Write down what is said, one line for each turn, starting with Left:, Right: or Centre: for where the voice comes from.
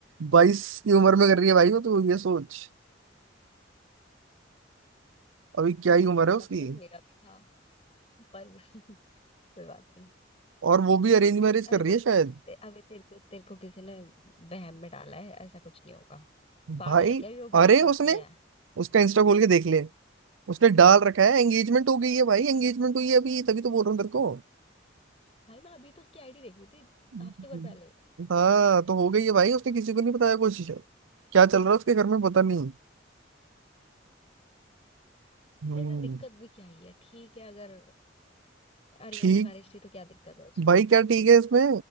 Right: बाईस की उम्र में कर रही है भाई वो तो ये सोच अभी क्या ही
Left: भाई
Right: उम्र
Left: सपना
Right: है उसकी
Left: तो देख मेरा भी था पर <laughs> कोई बात नहीं
Right: और वो भी अरेंज मैरिज
Left: अरे
Right: कर
Left: तो
Right: रही है शायद
Left: ते, अबे तेरे को तेरे को किसी ने वहम में डाला है ऐसा कुछ नहीं होगा पागल
Right: भाई
Left: है क्या अभी वो बाईस
Right: अरे
Left: साल
Right: उसने
Left: की है
Right: उसका इंस्टा खोल के देख ले उसने डाल रखा है एंगेजमेंट हो गई है भाई एंगेजमेंट हुई है अभी तभी तो बोल रहा हूँ तेरे को
Left: भाई मैं अभी तो उसकी आईडी देख रही थी
Right: हम्म।
Left: हफ्ते भर पहले
Right: हाँ तो हो गई है भाई उसने किसी को नहीं बताया कुछ क्या चल रहा है उसके घर में पता नहीं हम्म
Left: वैसे तो दिक्कत भी क्या ही है ठीक है अगर अरेंज
Right: ठीक
Left: मैरिज थी तो क्या दिक्कत है उसमें
Right: भाई क्या ठीक है इसमें